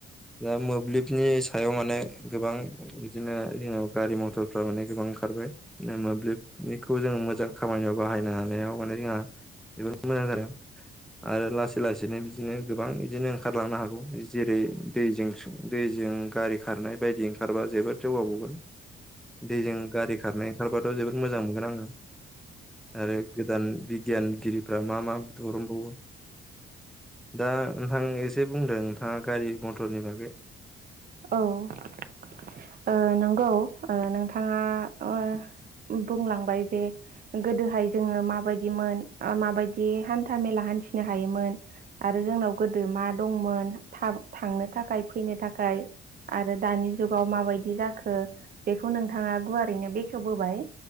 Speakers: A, in the centre; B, on the right.
A: दा मोब्लिबनि सायाव माने गोबां बिदिनो जोङो गारि मथरफ्रा माने गोबां ओंखारबाय मोब्लिबनिखौ जोङो मोजां खामानियाव बाहायनो हानायाव माने जोंहा जोबोर मोजां जादों। आरो लासै लासैनो बिदिनो गोबां इदिनो ओंखारलांनो हागौ जेरै दैजों सुब दै जों गारि खारनाय बायदि ओंखारबा जोबोद जौगाबावगोन। दैजों गारि खारनाय ओंखारबाथ' जोबोद मोजां मोनगोन आङो। आरो गोदान बि गियानगिरिफ्रा मा मा दरनबावो। दा नोंथां एसे बुंदो नोंथाङा गारि मथरनि बागै।
B: औ ओ नंगौ ओ नोंथाङा ओ बुंलांबाय जे गोदोहाय जोङो माबायदिमोन ओ माबायदि हान्था मेला हान्थि नो हायोमोन आरो जोंनाव गोदो मा दंमोन था-थांनो थाखाय फैनो थाखाय। आरो दानि जुगाव माबायदि जाखो बेखौ नोंथाङा गुवारैनो बेखेवबोबाय।